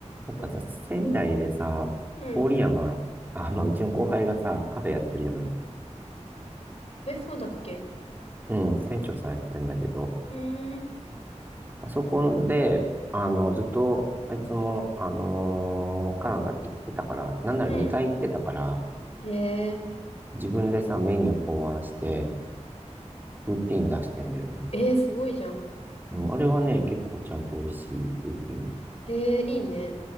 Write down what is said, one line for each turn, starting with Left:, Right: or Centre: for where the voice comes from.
Right: なんかさ、
Left: うん。
Right: 仙台でさ、
Left: うん。
Right: 郡山、あ、まあうちの後輩がさ、カフェやってるじゃない。
Left: え、そうだっけ
Right: うん、店長さんやってんだけど、
Left: うーん。
Right: あそこで、あの、ずっと、あいつも、あのーカナダ行ってたから、なんなら2回行ってたから、
Left: うん。え
Right: 自分でさ、メニュー考案して、ルーティン出してんだよね。
Left: ー、えー、すごいじゃん。
Right: うん、あれはね、結構ちゃんと美味しいルーティン。
Left: へえー、いいね。